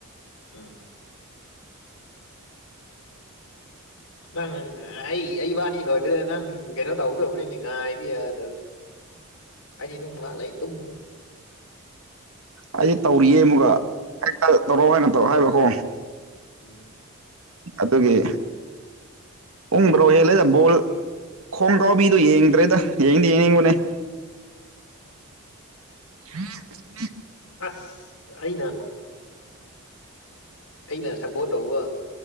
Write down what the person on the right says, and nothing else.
ꯑꯩꯗꯤ ꯇꯧꯔꯤꯌꯦ ꯑꯃꯨꯛꯒ ꯍꯦꯛꯇ ꯇꯧꯔꯑꯣ ꯍꯥꯏꯅ ꯇꯧ ꯍꯥꯏꯕꯀꯣ
ꯑꯗꯨꯒꯤ ꯎꯕ ꯍꯣ ꯍꯦꯜꯂꯦꯗ ꯕꯣꯜ ꯈꯣꯡꯒꯥꯎꯕꯤꯗꯣ ꯌꯦꯡꯗ꯭ꯔꯦꯗ ꯌꯦꯡꯗꯤ ꯌꯦꯡꯅꯤꯡꯕꯅꯦ <inaudible>